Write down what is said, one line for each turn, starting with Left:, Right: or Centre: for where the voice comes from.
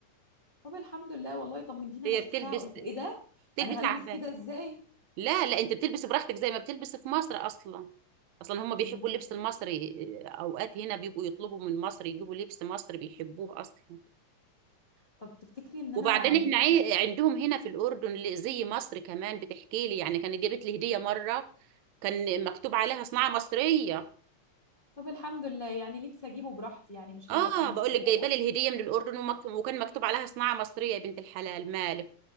Left: طب الحمد لله والله طمنتيني
Right: هي
Left: انا شفتها
Right: بتلبس
Left: قلت ايه ده
Right: بتلبس
Left: انا هلبس
Right: عباية
Left: كده ازاي
Right: لا لا انت بتلبس براحتك زي ما بتلبس في مصر اصلا اصلا هم بيحبوا
Left: مم.
Right: اللبس المصري آه، اوقات هنا بيبقوا يطلبوا من مصر يجيبوا لبس مصري بيحبوه اصلا
Left: طب تفتكري ان
Right: وبعدين
Left: انا ممكن
Right: احنا عي-
Left: أ...
Right: عندهم هنا في الاردن ل- زي مصر كمان بتحكي لي يعني كانت جابت لي هديه مره كان مكتوب عليها صناعه مصريه
Left: طب الحمد لله يعني لبس اجيبه براحتي يعني مش
Right: اه
Left: هيبقى فيه مشكلة
Right: بقول لك جايبه لي الهديه من الاردن ومك... وكان مكتوب عليها صناعه مصريه يا بنت الحلال مالك